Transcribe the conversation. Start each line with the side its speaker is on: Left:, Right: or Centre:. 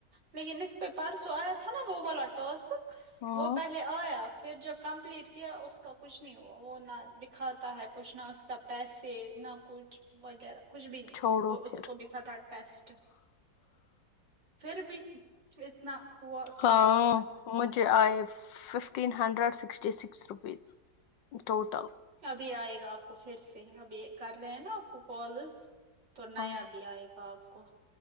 Right: لیکن اس پہ پرسو آیا تھا نا وہ والا ٹاسک
Left: ہوں
Right: وہ پہلے آیا پھر جب کمپلیٹ کیا اس کا کچھ نہیں ہوا وہ نہ دکھاتا ہے کچھ نہ اس کا پیسے نہ کچھ وغیرہ کچھ بھی نہیں
Left: چھوڑو
Right: وہ
Left: پھر
Right: اس کو لکھا تھا ٹیسٹ پھر بھی اتنا ہوا تو
Left: ہاں
Right: یہ بہت
Left: مجھے آئف fifteen hundred sixty six rupees total
Right: ابھی آئے گا آپ کو پھر سے ابھی کر رہے ہیں نا آپ کو کالز تو نیا
Left: ہاں
Right: بھی آئے گا آپ کو